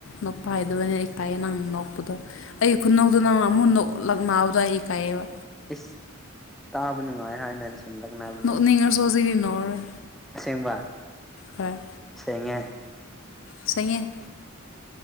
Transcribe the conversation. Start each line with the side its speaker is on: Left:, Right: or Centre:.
Left: ꯅꯣꯛꯄ ꯍꯥꯏꯗꯕꯅꯦ ꯑꯩ ꯇꯥꯏꯑꯦ ꯅꯪ ꯅꯣꯛꯄꯗꯣ ꯑꯩꯒꯤ ꯈꯨꯅꯣꯛꯇꯨ ꯅꯪꯅ ꯑꯃꯨ ꯅꯣꯛ ꯂꯛꯅꯥꯕꯗꯣ ꯑꯩ ꯏꯀꯥꯏꯌꯦꯕ
Centre: ꯏꯁ ꯇꯥꯕ ꯅꯨꯡꯉꯥꯏ ꯍꯥꯏꯅꯁꯨ ꯁꯨꯝ ꯂꯥꯛꯅꯕ
Left: ꯅꯣꯛꯅꯤꯡꯉꯁꯨ ꯍꯧꯖꯤꯛꯗꯤ ꯅꯣꯛꯑꯔꯣꯏ
Centre: ꯑꯁꯦꯡꯕ
Left: ꯍꯣꯏ
Centre: ꯁꯦꯡꯉꯦ
Left: ꯁꯦꯡꯉꯦ